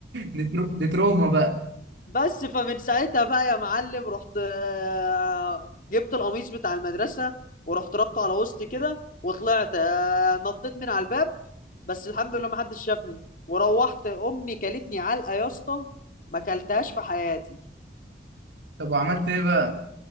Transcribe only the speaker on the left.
بس فمن ساعتها بقى يا معلم رحت آه، جبت القميص بتاع المدرسه ورحت ربطه على وسطي كده وطلعت آه، نطيت من على الباب بس الحمد لله ما حدش شافني وروحت امي كلتني علقه يا اسطى ما كلتهاش في حياتي